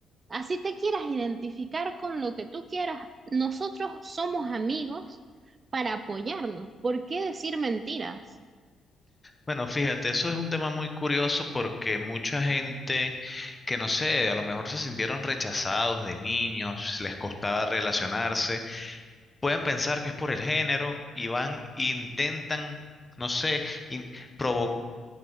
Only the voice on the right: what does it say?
Así te quieras identificar con lo que tú quieras, nosotros somos amigos para apoyarnos. ¿Por qué decir mentiras?